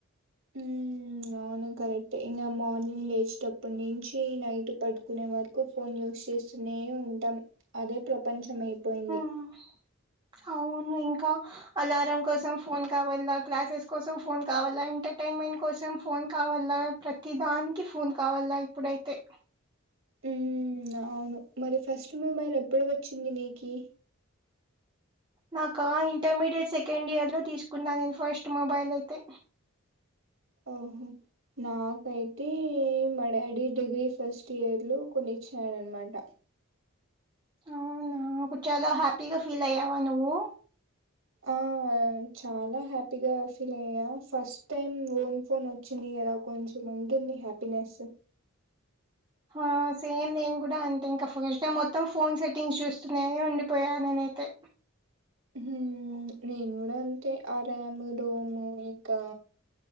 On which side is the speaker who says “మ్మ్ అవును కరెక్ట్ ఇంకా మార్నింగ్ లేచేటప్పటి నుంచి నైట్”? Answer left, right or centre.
Right